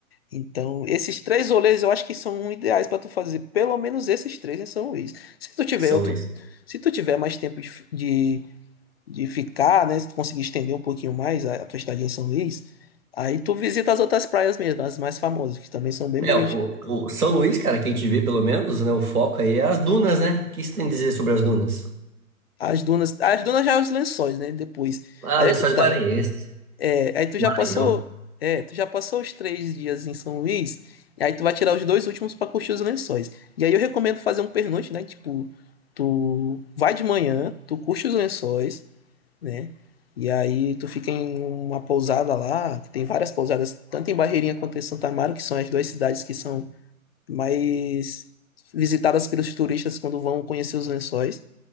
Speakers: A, on the left; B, on the right.
A: Então, esses três rolês eu acho que são ideais pra tu fazer, pelo menos esses três em São Luís. Se tu tiver
B: São
A: outro,
B: Luís.
A: se tu tiver mais tempo de, de ficar, né? Se tu conseguir estender um pouquinho mais a, a tua estadia em São Luís, aí tu visita as outras praias mesmo, as mais famosas, que também são bem
B: É,
A: bonitas.
B: o, o São Luís, cara, que a gente vê pelo menos, né? O foco aí é as dunas, né? O que você tem a dizer sobre as dunas?
A: As dunas, as dunas já é os lençóis, né? Depois.
B: Ah,
A: Aí
B: Lençóis
A: é que tá.
B: Maranhenses,
A: É, aí tu já
B: Maranhão.
A: passou, é, tu já passou os três dias em São Luís, e aí tu vai tirar os dois últimos pra curtir os lençóis. E aí eu recomendo fazer um pernoite, né? Tipo, tu vai de manhã, tu curte os lençóis, né? E aí tu fica em uma pousada lá, que tem várias pousadas, tanto em Barreirinha quanto em Santa Amaro, que são as duas cidades que são mais visitadas pelos turistas quando vão conhecer os lençóis.